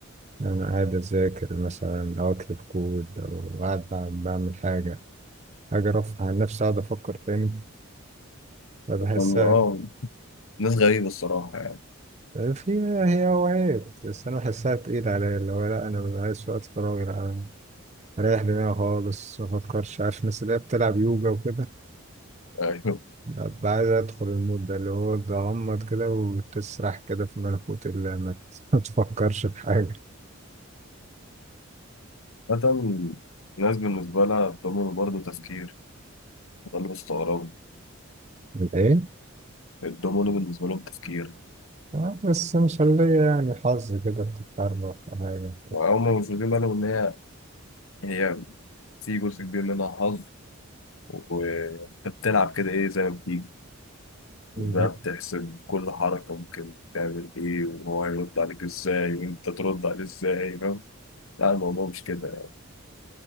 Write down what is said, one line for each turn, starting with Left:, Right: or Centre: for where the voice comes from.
Right: أنا قاعد أذاكر مثلا أو أكتب كود أو قاعد بعمل بعمل حاجة حاجة رفع عن نفسي أقعد أفكر تاني فبحسها
Left: أنا- آه ناس غريبة الصراحة يعني
Right: في هي هوايات بس أنا بحسها تقيلة عليا اللي هو لأ أنا ببقى عايز وقت فراغي لأ، أنا أريح دماغي خالص مفكرش عارف الناس اللي هي بتلعب يوجا وكده
Left: أيوه
Right: أبقى عايز أدخل المود ده اللي هو تغمض كده وتسرح كده في ملكوت الله ما <laughs> تفكرش في حاجة
Left: مثلا ناس بالنسبة لها الدومينو برضه تفكير ده اللي بستغربه
Right: ايه
Left: ده الدومينو بالنسبة لهم تفكير
Right: آه، بس مش اللي يعني حظ كده بتتحرك في حاجة
Left: وهم مش واخدين بالهم إن هي هي في جزء كبير منها حظ وانت بتلعب كده ايه زي ما بتيجي بقى
Right: ده
Left: بتحسب كل حركة ممكن تعمل ايه وهو هيرد عليك ازاي وانت ترد عليه ازاي فاهم لا الموضوع مش كده يعني